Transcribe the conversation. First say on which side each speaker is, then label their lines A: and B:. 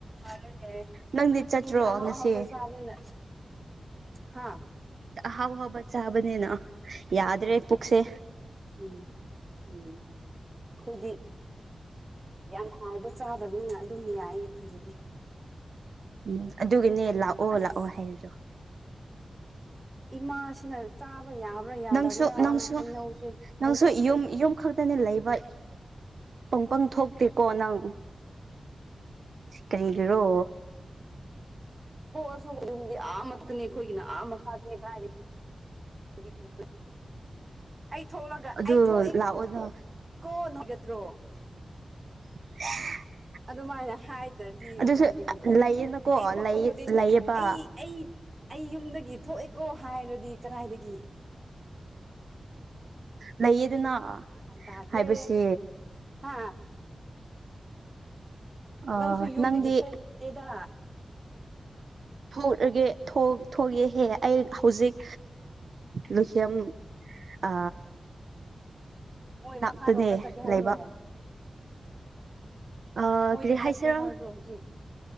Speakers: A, on the right; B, on the right.
A: ꯑꯔꯦ
B: ꯅꯪꯗꯤ ꯆꯠꯇ꯭ꯔꯣ
A: ꯃꯤꯗꯤ ꯑꯍ
B: ꯉꯁꯤ
A: ꯑꯍꯥꯎꯕꯁꯨꯅ ꯍꯥ
B: ꯍꯥꯎ ꯍꯕ ꯆꯍꯕꯅꯦꯦꯅ ꯌꯥꯗ꯭ꯔꯦ ꯄꯨꯛꯁꯦ
A: ꯎꯝ ꯎꯝ ꯑꯩꯈꯣꯏꯗꯤ ꯌꯥꯝ ꯍꯥꯎꯕ ꯆꯥꯗꯕꯅꯤꯅ ꯑꯗꯨꯝ ꯌꯥꯏꯌꯦ ꯑꯩꯈꯣꯏꯒꯤꯗꯤ
B: ꯎꯝ ꯑꯗꯨꯒꯤꯅꯦ ꯂꯥꯛꯑꯣ
A: ꯑꯁ
B: ꯂꯥꯛꯑꯣ ꯍꯥꯏꯗꯣ
A: ꯏꯃꯥꯁꯤꯅ ꯆꯥꯕ ꯌꯥꯕ꯭ꯔꯥ ꯌꯥꯗꯕ꯭ꯔꯥ
B: ꯅꯪꯁꯨ ꯅꯪꯁꯨ
A: ꯍꯩꯅꯧꯁꯦ
B: ꯅꯪꯁꯨ ꯌꯨꯝ ꯌꯨꯝ ꯈꯛꯇꯅꯦ ꯂꯩꯕ ꯄꯪꯄꯪ ꯊꯣꯛꯇꯦꯀꯣ ꯅꯪ ꯀꯔꯤꯒ꯭ꯔꯣ
A: ꯍꯁꯨ ꯌꯨꯝꯗꯤ ꯑꯥꯃꯛꯇꯅꯤ ꯑꯩꯈꯣꯏꯒꯤꯅ ꯑꯥ ꯃꯈꯥꯗꯅꯦ ꯀꯗꯥꯥꯏ ꯑꯩ ꯎꯕ ꯑꯩ ꯊꯣꯛꯂꯒ
B: ꯑꯗꯨ
A: ꯑꯩ ꯊꯣꯛꯏ
B: ꯂꯥꯛꯑꯣꯅ
A: ꯀꯣ ꯅꯨꯡꯒꯗ꯭ꯔꯣ
B: <unintelligible> <unintelligible>
A: ꯑꯗꯨꯃꯥꯏꯅ ꯍꯥꯏꯗ꯭ꯔꯗꯤ
B: ꯑꯗꯨꯁꯨ
A: ꯀꯗꯥꯥꯏꯗꯒꯤ
B: ꯂꯩꯌꯦꯅꯀꯣ
A: ꯑꯩ ꯊꯣꯛꯄ
B: ꯂꯩꯌꯦ
A: ꯈꯨꯗꯤꯡ
B: ꯂꯩꯌꯦꯕ
A: ꯑꯩ ꯑꯩ ꯑꯩ ꯌꯨꯝꯗꯒꯤ ꯊꯣꯛꯑꯦꯀꯣ ꯍꯥꯏꯔꯗꯤ ꯀꯔꯥꯏꯗꯒꯤ
B: ꯂꯩꯌꯦꯗꯅ
A: ꯇꯥꯗ꯭ꯔꯦ
B: ꯍꯥꯏꯕꯁ
A: ꯍꯥ
B: ꯑ
A: ꯅꯪꯁꯨ ꯌꯨꯝꯗꯒꯤ
B: ꯅꯪꯗꯤ
A: ꯊꯣꯛꯇꯦꯗ
B: ꯊꯣꯛꯒꯦ ꯊꯣꯛꯑꯦꯍꯦ ꯑꯩ ꯍꯧꯖꯤꯛ ꯂꯨꯍꯤꯦꯝ ꯑ
A: ꯃꯣꯏ ꯃꯈꯥꯔꯣꯝꯗ
B: ꯛꯇꯅꯦ
A: ꯆꯠꯀꯦ ꯍꯥꯏꯕ꯭ꯔꯣ
B: ꯂꯩꯕ ꯑ
A: ꯃꯣꯏꯗ
B: ꯀꯔꯤꯍꯥꯏꯁꯔ
A: ꯆꯠꯀꯦ ꯍꯥꯏꯕ꯭ꯔꯣ ꯍꯧꯖꯤꯛ